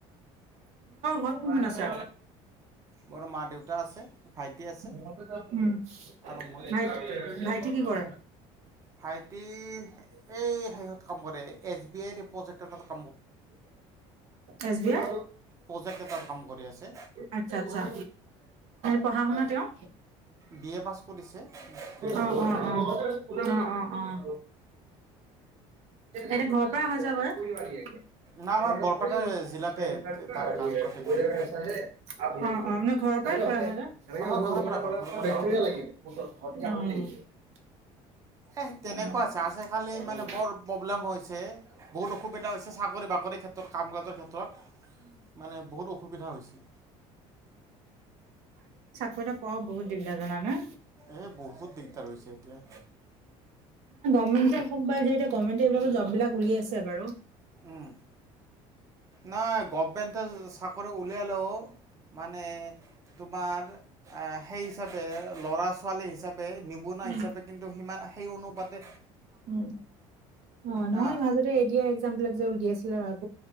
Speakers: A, on the right; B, on the right.
A: ঘৰত কোন কোন আছে?
B: মোৰ মা দেউতা আছে ভাইটি আছে
A: <inaudible>
B: আৰু মই।
A: ভাইটি কি কৰে?
B: ভাইটি এই শেষত কাম কৰে S B I <unintelligible>
A: S B I,
B: project এটাত কাম কৰি আছে
A: আটচ্ছা আটচ্ছা। পঢ়া শুনা তেওঁ?
B: বি এ পাছ কৰিছে গ্ৰেজুৱেট।
A: অ' অ' অ', অ' অ'। অ' এতিয়া ঘৰৰ পৰাই অহা যোৱা কৰে? <inaudible>
B: না আমাৰ বৰপেটা জিলাতে তাৰ কাম গোটেইখিনি। অ ঘৰৰ পৰা কৰে ঘৰৰ পৰা কৰে। এ তেনেকুৱা
A: ন?
B: আছে, আজিকালি
A: উম,
B: মানে বৰ প্ৰব্লেম হৈছে বহুত অসুবিধা হৈছে। চাক চাকৰি বাকৰি ক্ষেত্ৰত কাম কাজৰ ক্ষেত্ৰত, মানে বহুত অসুবিধা হৈছে।
A: কৰি এটা পোৱাও বহুত দিকদাৰ জানানে
B: এ বহুত দিগদাৰ হৈছে এতিয়া।
A: <unintelligible> গভমেণ্টে এইবিলাক জব বিলাক উলিয়াইছে বাৰু।
B: উম, নাই গভ মেন্টে চাকৰি উল উলিয়ালেও মানে তোমাৰ এ সেই হিচাবে ল'ৰাছ ছোৱালী হিচাপে নিবনুৱা
A: উম,
B: হিচাপে কিন্তু সিমান সেই অনু পাতে
A: উম, অ' নহয়
B: হা
A: মাজতে এডিআৰ এক্সামবিলাক যে দি আছিলে আগ